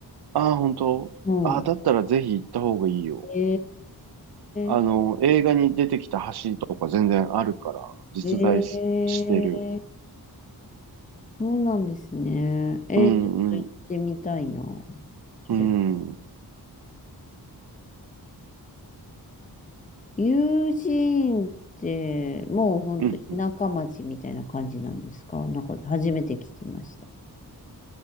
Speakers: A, on the right; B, on the left.
A: ああー、本当ああー、
B: うん。
A: だったらぜひ行った方がいいよ。
B: え
A: あの、
B: ー、
A: 映画に出てきた橋とか全然あるから、実在し、
B: え
A: してる。
B: えそうなんですね。えーちょっと行ってみたいな。
A: うん、うん、
B: それ。
A: うん、
B: 友人って、もうほんと田舎町みたいな感じなんですかなんか初めて聞きました。
A: うん、